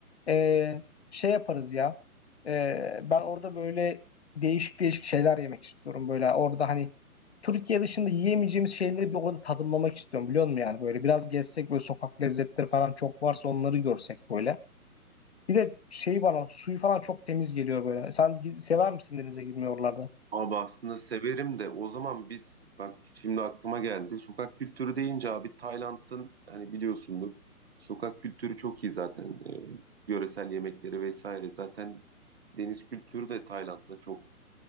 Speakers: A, on the left; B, on the right.
A: Ee, şey yaparız ya. Ee, ben orada böyle değişik değişik şeyler yemek istiyorum. Böyle orada hani Türkiye dışında yiyemeyeceğimiz şeyleri bir orada tadımlamak istiyorum biliyor musun yani böyle biraz gezsek böyle sokak lezzetleri falan çok varsa onları görsek böyle. Bir de şey bana suyu falan çok temiz geliyor böyle. Sen gi- sever misin denize girmeyi oralarda?
B: Abi aslında severim de o zaman biz bak şimdi aklıma geldi. Sokak kültürü deyince abi Tayland'ın hani biliyorsundur. Sokak kültürü çok iyi zaten. Ee, yöresel yemekleri vesaire zaten deniz kültürü de Tayland'da çok